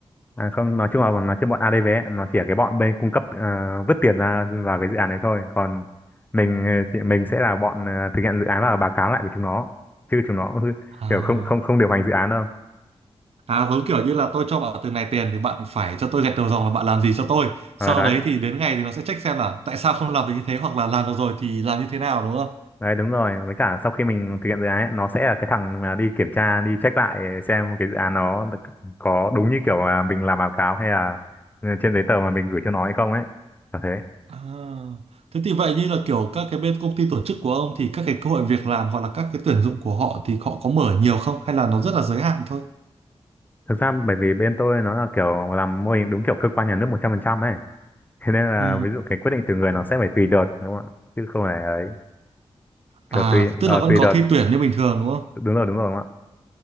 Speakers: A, on the left (about 15°); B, on the right (about 65°).
A: À, không nói chung là nói chung bọn ADV ấy, nó chỉ là cái bọn bên cung cấp ờ, vứt tiền ra vào cái dự án đấy thôi còn mình ờ, chị- mình sẽ là bọn ờ, thực hiện dự án và báo cáo lại với chúng nó chứ chúng nó cũng
B: À.
A: kiểu không không không điều hành dự án đâu
B: À, giống kiểu như là tôi cho bạn từng này tiền thì bạn phải cho tôi gạch đầu dòng là bạn làm gì cho tôi.
A: ờ
B: Sau
A: đấy
B: đấy thì đến ngày thì nó sẽ check xem là tại sao không làm được như thế hoặc là làm được rồi thì làm như thế nào đúng không?
A: đấy đúng rồi với cả sau khi mình thực hiện dự án ấy, nó sẽ là cái thằng mà đi kiểm tra đi check lại xem cái dự án nó được- có đúng như kiểu là mình làm báo cáo hay là ờ, trên giấy tờ mà mình gửi cho nó hay không ấy là thế
B: À, thế thì vậy như là kiểu các cái bên công ty tổ chức của ông thì các cái cơ hội việc làm hoặc là các cái tuyển dụng của họ thì họ có mở nhiều không hay là nó rất là giới hạn thôi?
A: thực ra bởi vì bên tôi nó là kiểu làm mô hình đúng kiểu cơ quan nhà nước một trăm phần trăm ấy thế nên là
B: Ừ.
A: ví dụ cái quyết định từ người nó sẽ phải tùy đợt đúng không ạ chứ không phải ấy kiểu
B: À,
A: tùy
B: tức
A: ờ,
B: là vẫn
A: tùy
B: có
A: đợt
B: thi tuyển như bình thường đúng không?
A: đúng rồi đúng rồi đúng không ạ